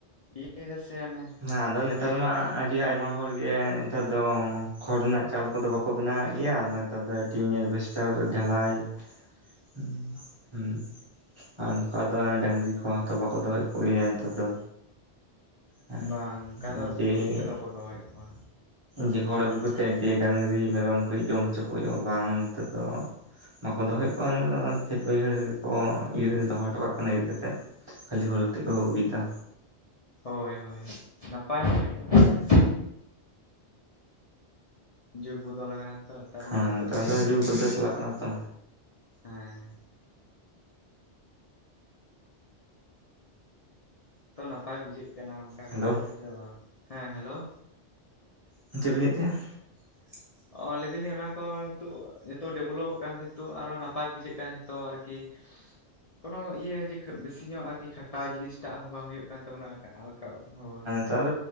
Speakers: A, on the left (about 40°); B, on the right (about 30°).
A: ᱤᱭᱟᱹ ᱫᱟ ᱥᱮ ᱚᱱᱮ
B: ᱦᱮᱸ ᱟᱫᱚ
A: ᱪᱮᱫ
B: ᱱᱮᱛᱟᱨ
A: ᱠᱚ ᱞᱟᱹᱭᱟ
B: ᱢᱟ ᱟᱹᱰᱤ
A: ᱛᱟᱲᱤ
B: ᱟᱭᱢᱟ ᱦᱚᱲ ᱜᱮ ᱱᱮᱛᱟᱨ ᱫᱚ ᱠᱷᱚᱲ ᱨᱮᱱᱟᱜ ᱪᱟᱞ ᱠᱚᱫᱚ ᱵᱟᱠᱚ ᱵᱮᱱᱟᱣᱮᱫ ᱜᱮᱭᱟ ᱟᱫᱚ ᱱᱮᱛᱟᱨ ᱫᱚ ᱴᱤᱱ ᱮᱰᱵᱷᱮᱥᱴᱟᱨ ᱛᱟᱨᱯᱚᱨᱮ ᱰᱷᱟᱞᱟᱭ
A: ᱦ <inaudible>
B: ᱦᱩᱸ ᱦᱩᱸ ᱟᱨ ᱱᱚᱝᱠᱟ ᱫᱚ ᱰᱟᱹᱝᱨᱤ ᱠᱚ ᱦᱚᱸ ᱛᱚ ᱵᱟᱠᱚ ᱫᱚᱦᱚᱭᱮᱫ ᱠᱚᱜᱮᱭᱟ ᱱᱮᱛᱟᱨ ᱫᱚ ᱦᱮᱸ᱾
A: ᱵᱟᱝ ᱚᱱᱠᱟ ᱫᱚ
B: ᱡᱮ
A: ᱠᱷᱩᱵ ᱮᱠᱴᱟ ᱫᱚ ᱵᱟᱠᱚ ᱫᱚᱦᱚᱭᱮᱫ ᱠᱚᱣᱟ
B: ᱡᱮ ᱦᱚᱲ ᱟᱹᱜᱩ ᱠᱟᱛᱮᱫ ᱡᱮ ᱰᱟᱹᱟᱝᱨᱤ ᱢᱮᱨᱚᱢ ᱠᱟᱹᱡ ᱡᱚᱢ ᱦᱚᱪᱚ ᱠᱚ ᱦᱩᱭᱩᱜ-ᱟ ᱵᱟᱝ ᱱᱤᱛᱚᱜ ᱫᱚ ᱵᱟᱠᱚ ᱫᱚᱦᱚᱭᱮᱫ ᱠᱚᱣᱟ ᱫᱚ ᱠᱷᱮᱛ ᱵᱟᱹᱭᱦᱟᱹᱲ ᱨᱮᱜᱮ ᱠᱚ ᱤᱨ ᱫᱚᱦᱚ ᱦᱚᱴᱚᱠᱟᱜ ᱠᱟᱱᱟ ᱤᱨ ᱠᱟᱛᱮᱫ ᱠᱷᱟᱹᱞᱤ ᱦᱳᱲᱩ ᱛᱮᱫ ᱠᱚ ᱟᱜᱩᱭᱫᱟ
A: ᱦᱳᱭ ᱦᱳᱭ ᱱᱟᱯᱟᱭ ᱠᱟᱱ ᱜᱮᱭᱟ ᱱᱚᱛᱮ ᱡᱩᱜᱽ ᱵᱚᱫᱚᱞ ᱟᱠᱟᱱᱟ ᱛᱚ ᱱᱮᱛᱟᱨ
B: ᱦᱮᱸ
A: ᱢᱟ ᱡᱚᱛᱚ
B: ᱱᱮᱛᱟᱨ
A: ᱠᱚ ᱰᱮᱵᱷᱞᱚᱯ
B: ᱫᱚ ᱡᱩᱠ
A: ᱤᱫᱤᱭᱮᱫᱟ
B: ᱵᱚᱫᱚᱞ ᱪᱟᱞᱟᱜ ᱠᱟᱱᱟ ᱛᱚ
A: ᱦᱮᱸ ᱛᱚ ᱱᱟᱯᱟᱭ ᱵᱩᱡᱷᱟᱹᱜ ᱠᱟᱱᱟ ᱚᱱᱠᱟ ᱠᱟᱛᱮᱜ
B: ᱦᱮᱞᱳ
A: ᱦᱮ ᱥᱮ ᱵᱟᱝ ᱦᱮᱸ ᱦᱮᱞᱳ
B: ᱦᱩᱸ ᱪᱮᱫ ᱵᱮᱤᱱ ᱞᱟᱹᱭᱮᱫ ᱛᱟᱦᱮᱸᱱᱟ
A: <unintelligible> ᱚᱞ ᱞᱤᱫᱤ ᱞᱤᱧ ᱚᱱᱟ ᱠᱚ ᱱᱤᱛᱚᱜ ᱡᱚᱛᱚ ᱰᱮᱵᱷᱞᱚᱯᱚᱜ ᱠᱟᱱᱛᱮᱤᱛᱚᱜ ᱟᱨᱚ ᱱᱟᱯᱟᱭ ᱵᱩᱡᱷᱟᱹᱜ ᱠᱟᱱᱟ ᱡᱚᱛᱚ ᱟᱨᱠᱤ ᱠᱳᱱᱳ ᱤᱭᱟᱹ ᱡᱮ ᱵᱮᱥᱤ ᱧᱚᱜ ᱟᱨ ᱠᱤ ᱠᱷᱟᱴᱟ ᱡᱤᱱᱤᱥᱴᱟᱜ ᱦᱚᱸ ᱵᱟᱝ ᱦᱩᱭᱩᱜ ᱠᱟᱱᱟ ᱠᱟᱱ ᱛᱟᱵᱚᱱᱟ ᱟᱞᱠᱟᱣ ᱦᱳᱭ
B: ᱛᱟᱨ